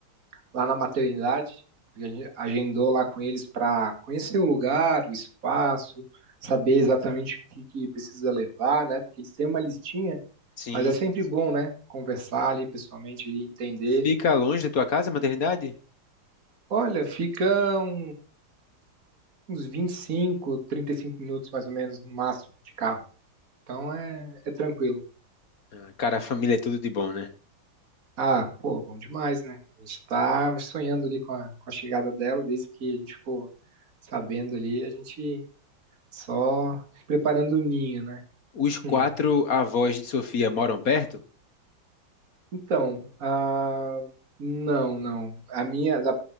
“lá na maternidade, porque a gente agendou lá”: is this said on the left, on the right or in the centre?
Right